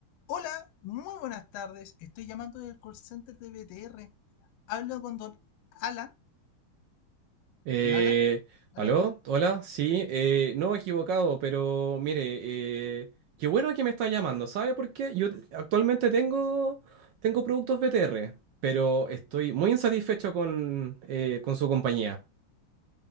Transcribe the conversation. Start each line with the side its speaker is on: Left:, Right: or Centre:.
Left: Hola, muy buenas tardes. Estoy llamando del call center de BTR. Hablo con don Alan.
Right: Eh,
Left: ¿Don Alan? ¿Aló?
Right: ¿aló? Hola, sí, eh, no equivocado, pero mire, eh, qué bueno que me está llamando, ¿sabe por qué? Yo t- actualmente tengo, tengo productos BTR, pero estoy muy insatisfecho con, eh, con su compañía.